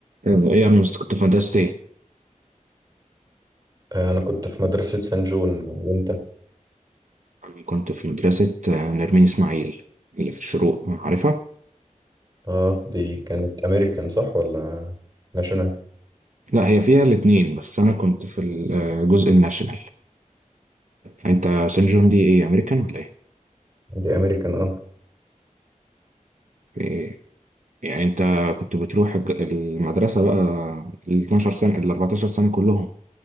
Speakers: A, on the right (about 65°); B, on the right (about 30°).
A: طيب، ايه انا مست- كنت في مدرسة ايه
B: آه، أنا كنت في مدرسة سان جون وأنت؟
A: أنا كنت في مدرسة آه، نرمين اسماعيل اللي في الشروق عارفها
B: آه دي كانت أمريكان صح ولا ناشونال؟
A: لا هي فيها الاتنين بس انا كنت في الجزء الناشونال انت سان جون دي ايه امريكان ولا ايه
B: دي أمريكان آه
A: إيه؟ يعني انت كنت بتروح الج- المدرسة بقى ال 12 سنة ال 14 سنة كلهم